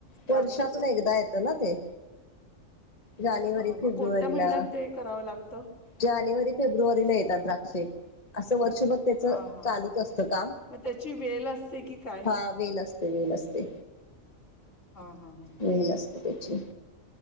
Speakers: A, on the left (about 70°); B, on the left (about 30°).
A: द्राक्षाचं
B: वर्षातून एकदा येतं ना ते. जानेवारी
A: अ मग
B: फेब्रुवारीला
A: कोणत्या महिन्यात ते करावं लागतं
B: जानेवारी फेब्रुवारीला येतात द्राक्षे असं वर्षभर त्याच
A: हा हा
B: चालूच असत काम
A: मग त्याची वेल असते की काय
B: हा वेल असते वेल असते.
A: हा हा हा
B: वेल असते त्याची